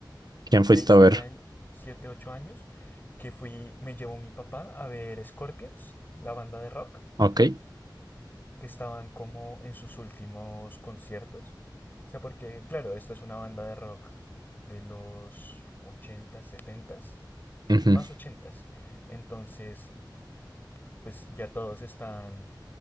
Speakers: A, on the right (about 60°); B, on the left (about 25°).
A: ¿Quién
B: 6
A: fuiste
B: 7
A: a ver?
B: años, 7, 8 años, que fui, me llevó mi papá a ver Scorpions, la banda de rock,
A: Ok.
B: que estaban como en sus últimos conciertos. O sea, porque claro, esta es una banda de rock de los ochentas setentas
A: ujú,
B: más ochentas Entonces, pues ya todos están